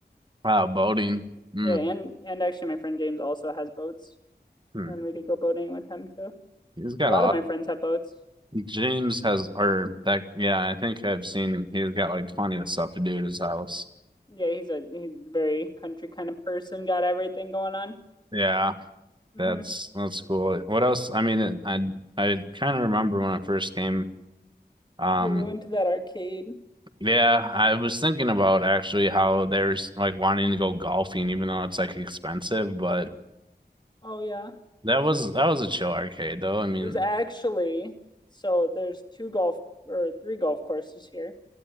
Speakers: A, on the right; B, on the left.
A: Wow, Boating. Mm.
B: Yeah, and and actually, my friend James also has boats,
A: Hmm.
B: and we could go boating with him too.
A: He's got
B: A lot
A: a lot.
B: of my friends have boats.
A: James has, or that, yeah, I think I've seen him. He's got like plenty of stuff to do at his house.
B: Yeah, he's a he's a very country kind of person, got everything going on.
A: Yeah,
B: hmm
A: that's that's cool. What else? I mean, it- I I kind of remember when I first came. Um,
B: Yeah, we went to that arcade.
A: yeah, I was thinking about actually how there's like wanting to go golfing, even though it's like expensive. But
B: Oh yeah.
A: that was that was a chill arcade, though. I mean,
B: There's actually so there's two golf or three golf courses here